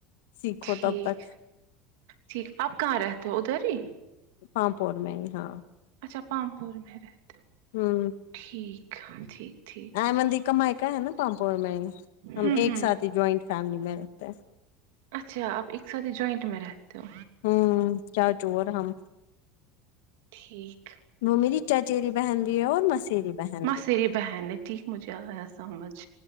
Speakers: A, on the left; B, on the right.
A: سیکھو
B: ٹھیک
A: تب تک
B: ٹھیک آپ کہاں رہتے ہو ادھر ہی
A: پامپور میں ہی ہاں
B: اچھا پامپور میں رہتے ہو
A: ہوں
B: ٹھیک ٹھیک ٹھیک
A: ای مندی کمائ کا ہے نا پامپور میں ہم
B: ہوں
A: ایک
B: ہوں
A: سات ہی جوائنٹ فیملی میں رہتے ہیں
B: اچھا آپ ایک ساتھ ہی جوائنٹ میں رہتے ہو
A: ہوں کیا جوور ہم
B: ٹھیک
A: <unintelligible> بہن بھی ہے اور مسیری بہن
B: مسیری
A: بھی
B: بہن نے ٹھیک مجھے آیا سمجھ